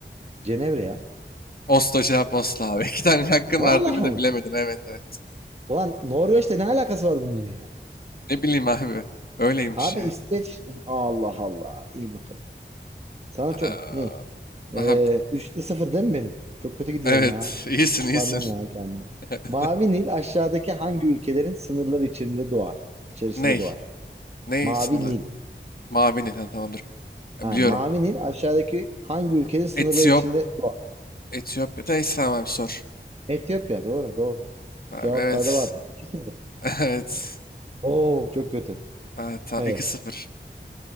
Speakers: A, on the right; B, on the left.
A: Cenevre ya.
B: Oslo cevap Oslo abi. <laughs> İki tane hakkın
A: Vallahi
B: vardı yine de
A: mı?
B: bilemedin. Evet evet.
A: Ulan Norveç'te ne alakası var bunların ya?
B: Ne bileyim abi. Öyleymiş
A: Abi
B: yani.
A: İsveç. Allah Allah. İyi bakalım. Sana çok
B: Aa,
A: ne? Ee,
B: Aha,
A: 3'te 0 değil mi benim? Çok kötü gidiyorum
B: evet
A: ha.
B: iyisin
A: Utandım
B: iyisin.
A: ya kendimi.
B: <laughs>
A: Mavi Nil aşağıdaki hangi ülkelerin sınırları içinde doğar? İçerisinde
B: Ney?
A: doğar.
B: Ney
A: Mavi
B: sınırı?
A: Nil.
B: Mavi Nil. Ha, tamamdır. Ya,
A: Ha,
B: Biliyorum.
A: Mavi Nil aşağıdaki hangi ülkenin sınırları
B: Etiyop,
A: içinde doğar?
B: Etiyopya'da İslam abi sor.
A: Etiyopya doğru doğru.
B: Abi,
A: Cevaplarda
B: evet.
A: vardır. 2-0.
B: <laughs> Evet.
A: Oo çok kötü.
B: Ha, ta,
A: Evet.
B: 2-0.